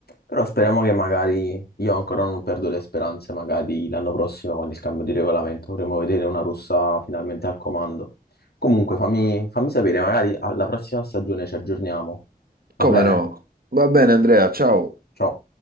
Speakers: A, on the left; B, on the right.
A: Però speriamo che magari, io ancora non perdo le speranze, magari l'anno prossimo con il cambio di regolamento vorremmo vedere una russa finalmente al comando. Comunque fammi, fammi sapere, magari alla prossima stagione ci aggiorniamo, va
B: Come
A: bene?
B: no? Va bene, Andrea, ciao.
A: Ciao.